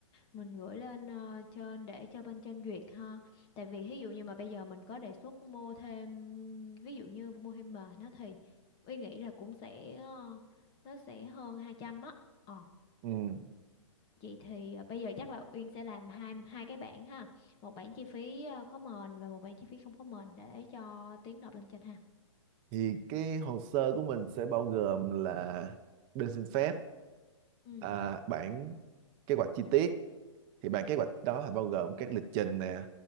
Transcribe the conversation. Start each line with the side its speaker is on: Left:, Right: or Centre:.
Left: mình gửi lên ờ, trên để cho bên trên duyệt ha. Tại vì ví dụ như mà bây giờ mình có đề xuất mua thêm ví dụ như mua thêm mền nó thì Uyên nghĩ là cũng sẽ ờ, nó sẽ hơn 200 á. Ờ
Right: ừ.
Left: Vậy thì à, bây giờ chắc là Uyên sẽ làm hai hai cái bảng ha. Một bảng chi phí à, có mền và một bảng chi phí không có mền để cho Tiến nộp lên trên ha.
Right: thì cái hồ sơ của mình sẽ bao gồm là đơn xin phép
Left: Ừ.
Right: à, bản kế hoạch chi tiết thì bản kế hoạch đó là bao gồm các lịch trình nè